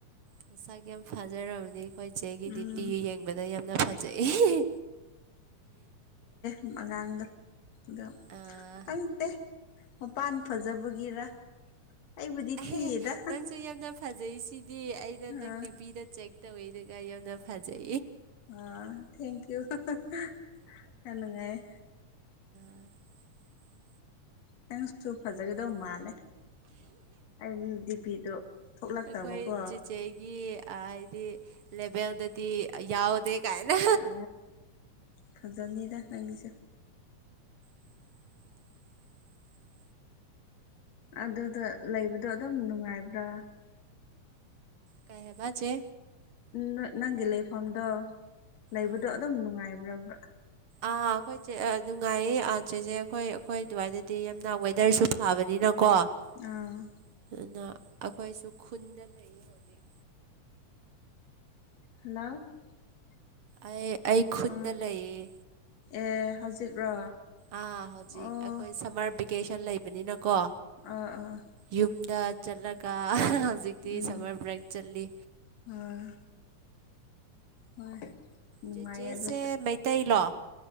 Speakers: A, on the right; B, on the left.
A: ꯃꯁꯛ ꯌꯥꯝ ꯐꯥꯖꯔꯝꯅꯤ ꯑꯩꯈꯣꯏ ꯆꯦꯒꯤꯗꯤ
B: ꯎꯝ
A: ꯄꯤꯌꯦ ꯌꯦꯡꯕꯗ ꯌꯥꯝꯅ ꯐꯖꯩꯌꯦ
B: ꯎꯝ ꯑꯉꯥꯡꯗꯣ ꯑꯗꯣ
A: ꯑꯥ
B: ꯈꯪꯇꯦ ꯃꯄꯥꯟ ꯐꯖꯕꯒꯤꯔ ꯑꯩꯕꯨꯗꯤ
A: ꯑꯦꯍꯦꯍꯦ
B: ꯊꯤꯌꯦꯗ
A: ꯅꯪꯁꯨ ꯌꯥꯝꯅ ꯐꯖꯩꯁꯤꯗꯤ ꯑꯩꯗꯣ
B: ꯑꯥ
A: ꯅꯪ ꯗꯤꯄꯤꯗ ꯆꯦꯛ <unintelligible>
B: ꯑ ꯊꯦꯡꯀꯌꯨ ꯍꯥꯍꯥ ꯌꯥꯝ ꯅꯨꯡꯉꯥꯏꯌꯦ
A: <inaudible>
B: ꯅꯪꯁꯨ ꯐꯖꯒꯗꯧ ꯃꯥꯜꯂꯦ ꯑꯟ ꯗꯤꯄꯤꯗꯣ ꯊꯣꯛꯂꯛꯇꯕꯀꯣ
A: ꯑꯩꯈꯣꯏ ꯆꯦꯆꯦꯒꯤ ꯍꯥꯏꯗꯤ ꯂꯦꯚꯦꯜꯗꯗꯤ ꯌꯥꯎꯗꯦ ꯀꯥꯏꯅ
B: ꯑ ꯐꯖꯅꯤꯗ ꯅꯪꯒꯤꯁꯨ
A: <inaudible>
B: ꯑꯗꯨꯗ ꯂꯩꯕꯗꯣ ꯑꯗꯨꯝ ꯅꯨꯡꯉꯥꯏꯕ꯭ꯔꯥ
A: ꯀꯩ ꯍꯥꯏꯕꯥ ꯆꯦ
B: ꯅꯣꯏ ꯅꯪꯒꯤ ꯂꯩꯐꯝꯗꯣ ꯂꯩꯕꯗꯣ
A: ꯑꯥ
B: ꯑꯗꯨꯝ ꯅꯨꯡꯉꯥꯏꯕ꯭ꯔꯕ꯭ꯔꯥ
A: ꯑꯥ ꯑꯩꯈꯣꯏ ꯆꯦ ꯑꯥ ꯅꯨꯡꯉꯥꯏꯌꯦ ꯑꯥ ꯆꯦꯆꯦ ꯑꯩꯈꯣꯏ ꯑꯩꯈꯣꯏ ꯑꯗꯨꯋꯥꯏꯗꯗꯤ ꯌꯥꯝꯅ ꯋꯦꯗꯔꯁꯨ ꯐꯥꯕꯅꯤꯅ ꯀꯣ ꯑꯗꯨꯅ
B: ꯑꯥ
A: ꯑꯩꯈꯣꯏꯁꯨ ꯈꯨꯟꯗ ꯂꯩꯌꯦ ꯍꯧꯖꯤꯛ
B: <inaudible>
A: ꯑꯩ ꯑꯩ ꯈꯨꯟꯗ
B: ꯑꯥ
A: ꯂꯩꯌꯦ
B: ꯑꯦ ꯍꯧꯖꯤꯛꯔꯣ
A: ꯑꯥ ꯍꯧꯖꯤꯛ
B: ꯑꯣ
A: ꯑꯩꯈꯣꯏ ꯁꯝꯃꯔ ꯚꯦꯀꯦꯁꯟ ꯂꯩꯕꯅꯤꯅꯀꯣ
B: ꯑꯥ ꯑꯥ
A: ꯌꯨꯝꯗ ꯆꯠꯂꯒ ꯍꯥ ꯍꯧꯖꯤꯛꯇꯤ
B: ꯎꯝ
A: ꯁꯝꯃꯔ ꯕ꯭ꯔꯦꯛ ꯆꯠꯂꯤ
B: ꯑꯥ ꯍꯣꯏ ꯅꯨꯡꯉꯥꯏꯌꯦ
A: ꯆꯦ ꯆꯦꯁꯦ
B: ꯑꯗꯨꯁꯨ
A: ꯃꯩꯇꯩꯥꯏ ꯂꯣ